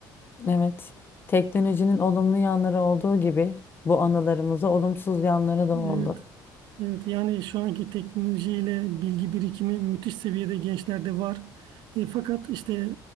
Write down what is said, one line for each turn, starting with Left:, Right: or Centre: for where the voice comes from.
Left: Evet, teknolojinin olumlu yanları olduğu gibi bu anılarımıza olumsuz yanları da oldu.
Right: Evet. Evet yani şu anki teknolojiyle bilgi birikimi müthiş seviyede gençlerde var. E, fakat işte